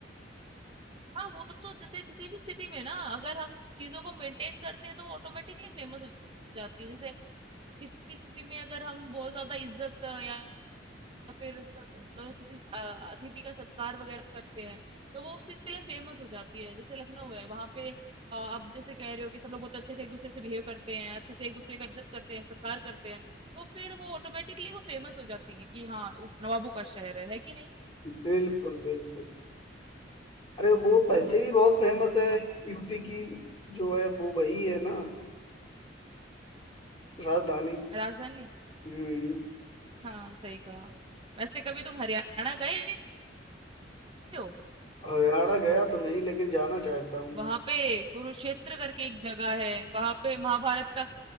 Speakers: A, on the right; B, on the left.
A: हाँ वो तो जैसे किसी भी सिटी में ना अगर हम चीजों को मेंटेन करते हैं तो ऑटोमेटिकली फेमस हो जाती है जैसे किसी स्थिति में अगर हम बहुत ज़्यादा इज़्ज़त या फिर स मतलब किसी अ, अतिथि का सत्कार वग़ैरह करते हैं, तो वो उस चीज़ के लिए फ़ेमस हो जाती है। जैसे लखनऊ है, वहाँ पे अ, आप जैसे कह रहे हो कि सब लोग बहुत अच्छे से एक-दूसरे से बिहेव करते हैं, अच्छे से एक-दूसरे का इज़्ज़त करते हैं, सत्कार करते हैं, तो फिर वो ऑटोमेटिकली वो फ़ेमस हो जाती है कि हाँ, वो नवाबों का शहर है, है कि नहीं?
B: बिल्कुल बिल्कुल अरे वो पैसे भी बहुत फेमस है
A: हाँ, हाँ।
B: यूपी की जो है वो वही है ना राजधानी
A: राजधानी
B: हम्म
A: हाँ, सही कहा। वैसे कभी तुम हरियाणा गए हो?
B: हरियाणा गया तो नहीं लेकिन जाना चाहता हूँ
A: वहाँ पे कुरुक्षेत्र करके एक जगह है, वहाँ पे महाभारत का